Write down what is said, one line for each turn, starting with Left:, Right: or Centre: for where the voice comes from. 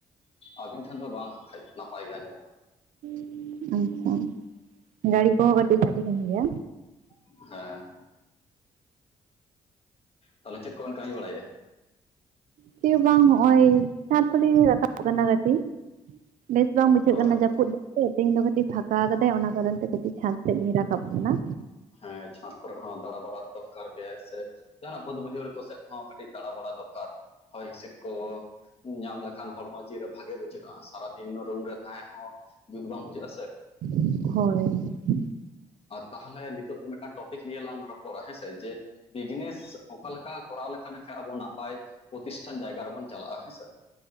Left: ᱟᱹᱵᱤᱱ ᱴᱷᱮᱱ ᱫᱚ ᱵᱟᱝ ᱦᱟᱸᱜᱠᱷᱟᱡ ᱱᱟᱯᱟᱭ ᱜᱮ ᱟᱸᱡᱚᱢᱚᱜ ᱠᱟᱱᱟ᱾
Right: <inaudible> ᱟᱪᱪᱷᱟ ᱜᱟᱹᱲᱤ ᱠᱚᱦᱚᱸ ᱠᱟᱹᱴᱤᱡ ᱥᱟᱰᱮ ᱠᱟᱱ ᱜᱮᱭᱟ᱾
Left: <inaudible> ᱦᱮᱸ᱾ ᱛᱟᱞᱮ ᱪᱮᱜ ᱠᱚᱵᱮᱱ ᱠᱟᱹᱢᱤ ᱵᱟᱲᱟᱭᱟ?
Right: ᱪᱮ ᱦᱚᱸ ᱵᱟᱝ ᱦᱚᱜᱼᱚᱭ ᱥᱟᱛ ᱦᱚᱞᱤᱧ ᱨᱟᱠᱟᱵ ᱠᱟᱱᱟ ᱠᱟᱹᱴᱤᱡ, ᱵᱮᱥ ᱵᱟᱝ ᱵᱩᱡᱷᱟᱹᱜ
Left: ᱦᱳᱭ
Right: ᱠᱟᱱᱟ ᱡᱟᱹᱯᱩᱫ ᱫᱚ ᱾ ᱯᱮ ᱛᱮᱦᱮᱧ ᱫᱚ ᱠᱟᱹᱴᱤᱡ ᱯᱷᱟᱸᱠᱟ ᱠᱟᱫᱟᱭ ᱚᱱᱟ ᱠᱟᱨᱚᱱ ᱛᱮ ᱠᱟᱹᱴᱤᱡ ᱪᱷᱟᱸᱫᱽ ᱥᱮᱫ ᱤᱧ ᱨᱟᱠᱟᱵ ᱠᱟᱱᱟ ᱾
Left: ᱦᱮᱸ ᱪᱷᱟᱸᱫᱽ ᱠᱚᱨᱮ ᱦᱚᱸ ᱫᱟᱬᱟ ᱵᱟᱲᱟ ᱫᱚᱨᱠᱟᱨ ᱜᱮ ᱥᱮ, ᱡᱟᱦᱟᱱᱟᱜ ᱵᱟᱸᱫᱽ ᱵᱟᱹᱭᱦᱟᱹᱲ ᱠᱚ ᱥᱮᱫ ᱦᱚᱸ ᱠᱟᱹᱴᱤᱡ ᱫᱟᱬᱟ ᱵᱟᱲᱟ ᱫᱚᱨᱠᱟᱨ, ᱦᱚᱭ ᱦᱤᱸᱥᱤᱫ ᱠᱚ ᱧᱟᱢ ᱞᱮᱠᱷᱟᱱ ᱦᱚᱲᱢᱚ ᱡᱤᱣᱤ ᱨᱮ ᱵᱷᱟᱜᱮ ᱵᱩᱡᱷᱟᱹᱜᱼᱟ, ᱥᱟᱨᱟᱫᱤᱱ ᱨᱩᱢ ᱨᱮ ᱛᱟᱦᱮᱸ ᱦᱚᱸ ᱡᱩᱛ ᱵᱟᱝ ᱵᱩᱡᱷᱟᱹᱜᱼᱟ ᱥᱮ ᱾
Right: <inaudible> ᱦᱳᱭ ᱾
Left: ᱟᱨ ᱛᱟᱦᱟᱞᱮ ᱱᱤᱛᱚᱜ ᱫᱚ ᱢᱤᱫᱴᱟᱝ ᱴᱚᱯᱤᱠ ᱱᱤᱭᱮ ᱞᱟᱝ ᱨᱚᱯᱚᱲᱟ ᱦᱮᱸᱥᱮ, ᱡᱮ ᱵᱤᱡᱽᱱᱮᱥ ᱚᱠᱟᱠᱟ ᱠᱚᱨᱟᱣ ᱞᱮᱠᱟ ᱱᱟᱠᱷᱟ ᱟᱵᱚ ᱱᱟᱯ ᱾ ᱱᱟᱯᱟᱭ ᱯᱨᱚᱛᱤᱥᱴᱷᱟᱱ ᱡᱟᱭᱜᱟ ᱨᱮᱵᱚᱱ ᱪᱟᱞᱟᱜᱼᱟ ᱦᱮᱸᱥᱮ?